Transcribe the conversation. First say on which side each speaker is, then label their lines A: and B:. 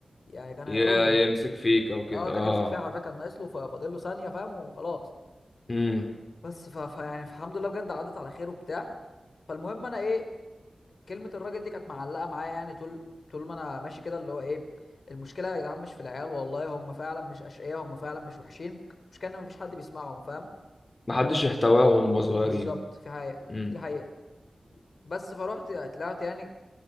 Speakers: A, on the left; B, on the left.
A: يعني كان
B: ي-
A: هيقرمني حرفيا.
B: يمسك فيك او كده
A: اه كان
B: اه
A: يمسك فيها حرفيا كان ناقص له ففاضل له ثانيه فاهم وخلاص
B: امم
A: بس ف... فيعني الحمد لله بجد عدت على خير وبتاع فالمهم انا ايه كلمة الراجل دي كانت معلقة معايا يعني طول طول ما انا ماشي كده اللي هو ايه المشكلة يا جدعان مش في العيال والله هم فعلا مش أشقياء هم فعلا مش وحشين المشكلة ان مفيش حد بيسمعهم فاهم
B: محدش يحتواهم وهم صغيرين
A: بالظبط في حقيقة
B: امم
A: دي حقيقة بس فروحت طلعت يعني